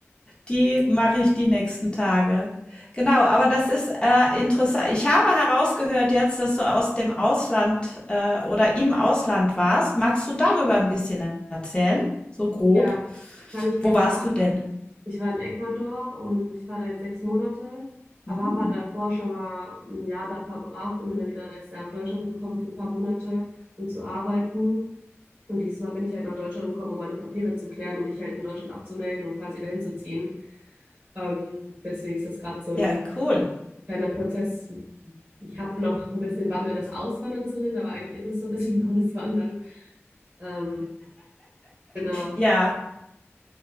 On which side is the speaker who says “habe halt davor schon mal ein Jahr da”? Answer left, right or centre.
Right